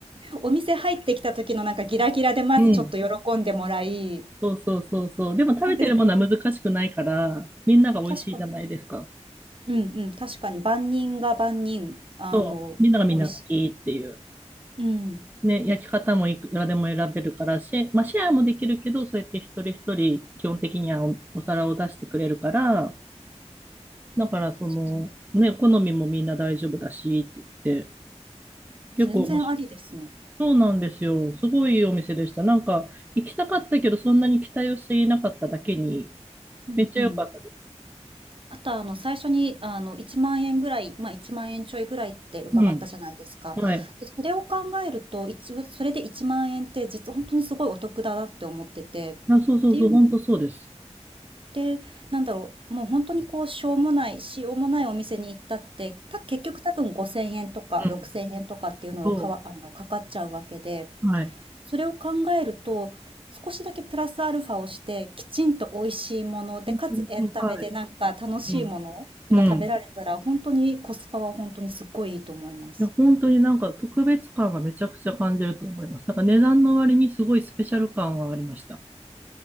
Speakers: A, on the right; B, on the right.
A: う、お店入ってきた時のなんかギラギラでまずちょっと喜んでもらい
B: うん。そうそうそうそう。でも食べてるものは難しくないから、
A: そうですね。
B: みんなが美味しいじゃないですか。
A: 確かに。うんうん、確かに万人が万人、あの、
B: そう。みんながみんな好きっていう。
A: 美味しい。うん、
B: ね、焼き方もいくらでも選べるから、シェ、まあ、シェアもできるけど、そうやって一人一人基本的にはお、お皿を出してくれるから、だからその、
A: 確かに。
B: ね、好みもみんな大丈夫だしって言って、結構面白い。
A: 全然ありですね。
B: そうなんですよ。すごいいいお店でした。なんか、行きたかったけど、そんなに期待をしていなかっただけに、
A: うんうん。
B: めっちゃ良かったです。
A: あと、あの、最初に、あの、1万円ぐらい、まあ、1万円ちょいぐらいって伺ったじゃないですか。
B: うん。はい。
A: で、それを考えると、一応それで1万円って実は本当にすごいお得だなって思ってて。
B: あ、そうそうそう、
A: っていうのっ
B: 本当そうです。
A: て、なんだろう、もう本当にこう、しょうもないしようもないお店に行ったって、た結局多分5,000円とか6,000円とかっていうのをかわあの、
B: うん。そ
A: かかっちゃうわけで
B: う。はい。
A: それを考えると、少しだけプラスアルファをして、きちんと美味しいもので、
B: 本当にそう。
A: かつエンタメでなんか楽しいものが食べられたら、
B: はい。うん。うん。
A: 本当にコスパは本当にすっごいいいと思います。
B: いや、本当になんか特別感がめちゃくちゃ感じると思います。なんか値段の割にすごいスペシャル感はありました。